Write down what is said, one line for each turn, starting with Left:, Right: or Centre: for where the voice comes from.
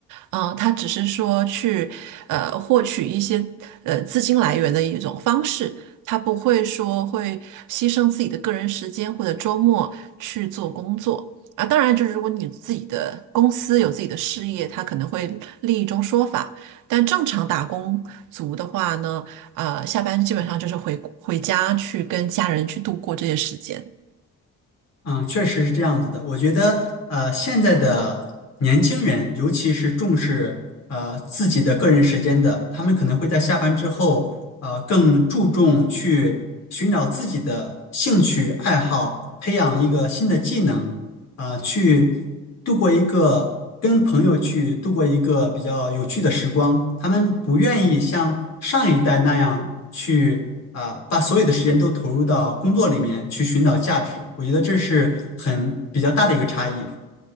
Right: 嗯、它只是说去呃获取一些呃资金来源的一种方式，他不会说会牺牲自己的个人时间或者周末去做工作啊。当然，就是如果你自己的公司有自己的事业，它可能会另一种说法。但正常打工族的话呢，呃，下班基本上就是回回家去跟家人去度过这些时间。
Left: 嗯，确实是这样子的。我觉得呃现在的年轻人，尤其是重视呃自己的个人时间的，他们可能会在下班之后呃更注重去寻找自己的兴趣爱好，培养一个新的技能。啊，去度过一个跟朋友去度过一个比较有趣的时光。他们不愿意像上一代那样去啊，把所有的时间都投入到工作里面去寻找价值。我觉得这是很比较大的一个差异。